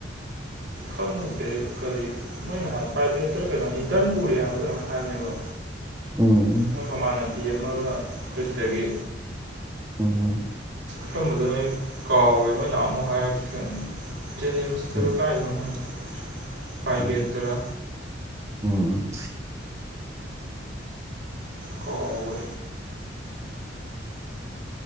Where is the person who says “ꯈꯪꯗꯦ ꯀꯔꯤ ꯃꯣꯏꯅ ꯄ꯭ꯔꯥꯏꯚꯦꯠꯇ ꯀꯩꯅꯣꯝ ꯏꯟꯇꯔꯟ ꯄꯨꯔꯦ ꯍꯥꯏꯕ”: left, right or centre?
Right